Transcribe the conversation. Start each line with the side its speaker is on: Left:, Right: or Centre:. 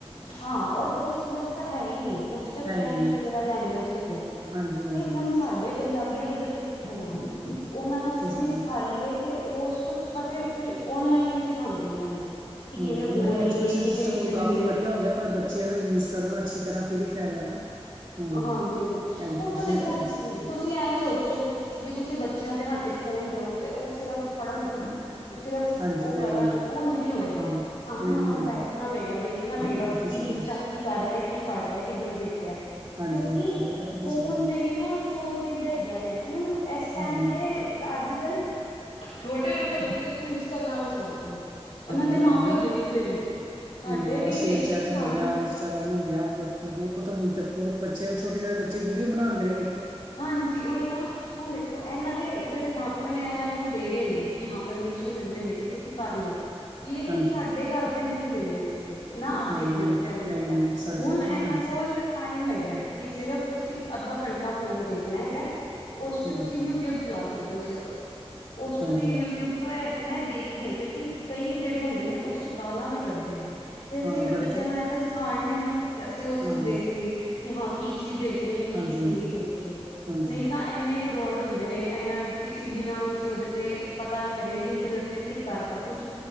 Left: ਹਾਂ ਔਰ ਕਈ ਸਕੂਲ ਇਸ ਤਾਂ ਹੈ ਹੀ ਨਹੀਂ, ਉਸ ਚ
Right: ਹੈ
Left: ਫਰੈਂਚ
Right: ਹੀ ਨਹੀਂ
Left: ਵਗੈਰਾ ਲੈਂਗੁਏਜ ਹੈਗੀਆਂ, ਨੇ
Right: ਹਾਂਜੀ-ਹਾਂਜੀ
Left: ਤੇ ਹੁਣ ਸਾਡੇ ਪ ਪੰਜਾਬੀਆਂ ਦੇ ਬੱਚੇ ਕਿੱਥੇ ਜਾਣਗੇ, ਉਹਨਾਂ ਨੂੰ
Right: ਉੱਥੇ
Left: ਅਸੀਂ
Right: ਜਾਣਗੇ
Left: ਵੀ ਸਿਖਾ ਲਈਏ ਤੇ ਉਹ ਉਸ ਤੋਂ ਅੱਛਾ ਤੇ ਫਿਰ ਔਨਲਾਈਨ ਵੀ ਸਿਖਾਦੇ ਨੇ ਇਹਨਾਂ ਨੂੰ ਕਿ ਕਿਵੇਂ
Right: ਹਾਂ ਇਹ
Left: ਬੋਲਣੀ
Right: ਵੀ ਐਜੂਕੇਸ਼ਨ
Left: ਹੈ ਕਿਵੇਂ
Right: ਸਿਸਟਮ
Left: ਲਿਖਣੀ
Right: ਹੁਣ ਕਾਫੀ
Left: ਹੈ
Right: ਵਧੀਆ ਹੋ ਗਿਆ ਪਰ ਬੱਚਿਆਂ ਨੂੰ ਯੂਜ ਕਰਨ ਅੱਛੀ ਤਰ੍ਹਾਂ। ਫਿਰ ਹੀ ਫ਼ਾਇਦਾ ਨਾ। ਹਾਂ
Left: ਹਾਂਜੀ ਹਾਂਜੀ
Right: ਐਜੂਕੇਸ਼ਨ
Left: ਉਹ ਤਾਂ ਦੇਖੋ
Right: ਐਜੂ ਸਿਸਟਮ
Left: ਤੁਸੀਂ ਐਵੇਂ ਸੋਚੋ ਵੀ ਤੁਸੀਂ ਬ। ਬੱਚਿਆਂ ਦੇ ਹੱਥ ਚ ਫੋਨ ਦਿਓ ਤੇ ਉਹ ਸਿਰਫ ਪੜ੍ਹਨ। ਸਿਰਫ
Right: ਹਾਂਜੀ
Left: ਉਹ
Right: ਨਹੀਂ-ਨਹੀਂ
Left: ਕਰਨ ਉਹ ਨਹੀਂ ਹੋਏਗਾ
Right: ਹਾਂਜੀ
Left: ਸਾਨੂੰ
Right: ਨਹੀਂ
Left: ਨਾਲ
Right: ਹੋਏਗਾ
Left: ਬੈਠਣਾ ਪਏਗਾ ਦੇਖਣਾ ਪਏਗਾ
Right: ਬਿਲਕੁਲ
Left: ਕਿ ਕੀ।
Right: ਸਹੀ
Left: ਬੱਚਾ
Right: ਗੱਲ
Left: ਕੀ ਕਰ ਰਿਹਾ ਕੀ ਪੜ੍ਹ ਰਿਹਾ ਕਿੱਧਰੋਂ ਦੇਖ ਰਿਹਾ।
Right: ਹਾਂਜੀ-ਹਾਂਜੀ
Left: ਕਿਉਕਿ
Right: ਇਹ ਤਾਂ ਬਿਲਕੁਲ
Left: ਫੋਨ
Right: ਸਹੀ ਗੱਲ
Left: ਤੇ ਵੀ ਨਾ ਸੋਚ। ਚੀਜ਼ਾਂ ਹੈਗੀਆਂ ਨੇ ਹੁਣ ਇਸ ਟਾਈਮ
Right: ਹਾਂ-ਹਾਂ
Left: ਤੇ ਅੱਜ ਕੱਲ। ਛੋਟੇ ਛੋਟੇ ਬੱਚੇ ਦੇਖੋ ਇੰਸਟਾਗ੍ਰਾਮ ਚਲਾਉਂਦੇ ਨੇ ਉਹਨਾਂ ਦੇ
Right: ਚਲਾਂਦੇ
Left: ਮਾਂ ਪਿਓ
Right: ਨੇ
Left: ਦੇਖ ਰਹੇ ਨੇ। ਸਾਡੇ
Right: ਹਾਂ
Left: ਵੀ
Right: ਸ਼ੇਅਰ
Left: ਦੇਖਦੇ
Right: ਚੈਟ
Left: ਸੀ ਸਾਨੂੰ
Right: ਹੋ ਗਿਆ, ਇੰਸਟਾਗ੍ਰਾਮ ਹੋ ਗਿਆ ਬ ਬਹੁਤ ਹੁਣ ਬਹੁਤ। ਛੋਟੇ ਛੋਟੇ ਬੱਚੇ ਵੀਡੀਓ ਬਣਾਉਣ ਲਈ।
Left: ਹਾਂਜੀ ਉਹੀ ਤਾਂ ਹੁਣ ਦੇਖੋ ਇਹਨਾਂ ਦੇ ਜਿਹੜੇ ਮਾਂ ਪਿਓ ਨੇ ਇਹਨਾਂ ਨੂੰ ਦੇ ਰਹੇ ਨੇ ਕਿ ਹਾਂ। ਪਰਮਿਸ਼ਨ ਦਿੰਦੇ ਨੇ ਕਿ ਤੁਸੀਂ ਕਰ ਲਓ ਲੇਕਿਨ
Right: ਹਾਂਜੀ-ਹਾਂਜੀ
Left: ਸਾਡੇ ਘਰ ਦੇ ਨਹੀਂ ਦਿੰਦੇ ਸੀਗੇ। ਨਾ ਅਸੀਂ
Right: ਹਾਂ
Left: ਆਪਣੇ ਬੱਚਿਆਂ ਨੂੰ
Right: ਨਹੀਂ-ਨਹੀਂ
Left: ਦਿੱਤਾ
Right: ਸਾਡੇ
Left: ਹੁਣ
Right: ਵੀ
Left: ਇਹਨਾਂ
Right: ਹਾਂਜੀ-ਹਾਂਜੀ
Left: ਕੋਲ ਟਾਈਮ ਹੈ। ਕਿ ਸਿਰਫ ਤੁਸੀਂ ਅੱਧਾ ਘੰਟਾ ਫੋਨ ਦੇਖਣਾ ਹੈਗਾ ਉਸ
Right: ਠੀਕ
Left: ਚ ਤੁਸੀਂ
Right: ਹੈ,
Left: ਯੂਟਿਊਬ ਚਲਾ ਸਕਦੇ ਹੋ। ਸਿਰਫ ਉਸ
Right: ਹਾਂਜੀ-ਹਾਂਜੀ,
Left: ਤੋਂ ਵੀ ਯੂਟਿਊਬ ਤੋਂ ਹੈ ਮੈਂ ਦੇਖ। ਕਿਉਂਕਿ ਕਈ ਜਿਹੜੇ ਹੁੰਦੇ ਨੇ ਉਸ ਚ ਗਾਲਾਂ ਵੀ ਕੱਢਦੇ ਨੇ। ਤੇ ਅਸੀਂ
Right: ਹਾਂ
Left: ਆਪਣੇ
Right: ਗੜਦੇ
Left: ਬੱਚਿਆਂ ਨੂੰ
Right: ਨੇ
Left: ਐਂ ਤਾਂ ਅਸੀਂ ਸਿਖਾਉਣਾ ਨਾ ਤੇ ਅਸੀਂ ਉਹ
Right: ਹਾਂ,
Left: ਚੀਜ਼ ਦੇਖੀਏ ਕਿ ਹਾਂ ਕੀ ਚੀਜ਼ ਦੇਖ ਰਹੇ।
Right: ਹਾਂਜੀ-ਹਾਂਜੀ।
Left: ਕੀ ਚੀਜ਼ ਨਹੀਂ ਦੇਖ ਰਹੇ
Right: ਹਾਂਜੀ,
Left: ਨਹੀਂ ਤਾਂ
Right: ਹਾਂਜੀ
Left: ਇੰਨੇ ਫਰੋਡ ਹੁੰਦੇ ਨੇ ਇਨਾ ਕਿਸੇ ਬਿਨਾਂ ਕਿਸੇ ਉਹਦੇ। ਤੇ ਪਤਾ ਕਰੇ ਲਿੰਕ ਦੇ ਉੱਤੇ ਕਲਿੱਕ ਕਰਤਾ ਕੁੱਛ।